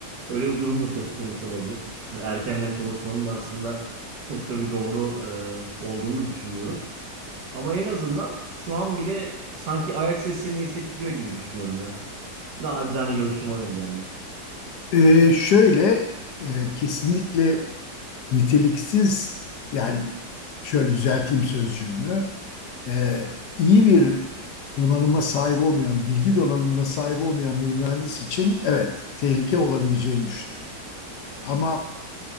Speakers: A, on the right (about 70°); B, on the left (about 70°).
A: Öyle bir durum da söz konusu olabilir. Hani erkenden konuşmanın da aslında çok da bir doğru e, olduğunu düşünmüyorum. Ama en azından şu an bile sanki ayak seslerini hissettiriyor gibi düşünüyorum ya. Nacizane görüşüm o yönde yani.
B: Ee, şöyle e, kesinlikle niteliksiz yani şöyle düzelteyim sözcüğümü Ee, iyi bir donanıma sahip olmayan bilgi donanımına sahip olmayan bir mühendis için evet tehlike olabileceğini düşünüyorum. Ama